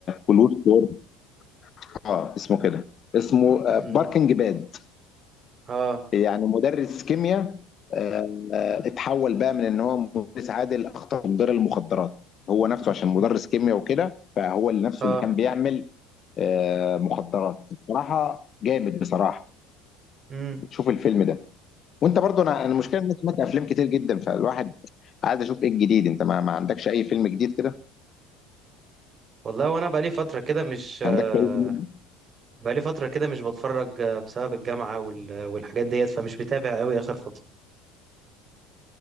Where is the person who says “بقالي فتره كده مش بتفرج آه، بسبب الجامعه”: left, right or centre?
Right